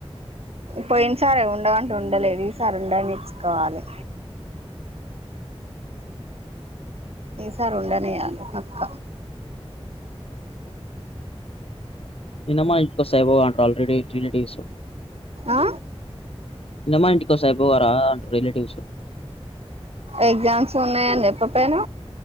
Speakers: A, on the right (about 70°); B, on the left (about 65°).
A: పోయిన సరే ఉండవంటే ఉండలేదు ఈ సారి ఉండనిచ్చుకోవాలి ఈ సారు ఉండనీయాలి పక్క
B: చిన్నమ్మ ఇంటికో వస్తే అయిపోవు కదా అంట ఆల్రెడీ త్రీ డీస్
A: ఆ
B: చిన్నమ్మ ఇంటికోసాబ వారా అంటారు రిలేటివ్స్
A: ఎగ్జామ్స్ ఉన్నాయని చెప్పపోయిన